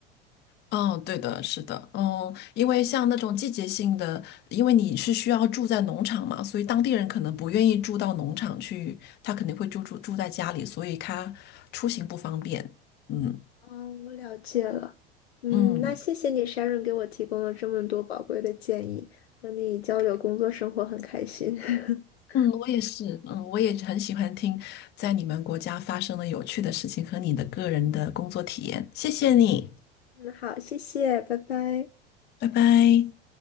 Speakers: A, on the left; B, on the left.
A: 嗯，对的，是的，嗯，因为像那种季节性的，因为你是需要住在农场嘛，所以当地人可能不愿意住到农场去，他肯定会住住住在家里，所以他出行不方便。嗯
B: 哦，我了解了。嗯，
A: 嗯
B: 那谢谢你，Sharon 给我提供了这么多宝贵的建议，和你交流工作生活很开心。<laughs>
A: 嗯，我也是，嗯，我也很喜欢听在你们国家发生的有趣的事情和你的个人的工作体验。谢谢你，
B: 嗯，好，谢谢，拜拜。
A: 拜拜。